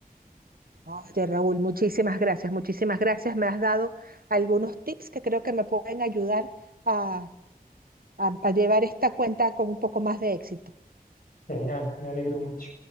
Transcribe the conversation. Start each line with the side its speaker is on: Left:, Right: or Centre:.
Right: Oye, Raúl, muchísimas gracias, muchísimas gracias. Me has dado algunos tips que creo que me pueden ayudar a, a a llevar esta cuenta con un poco más de éxito.
Left: Genial, me alegro mucho.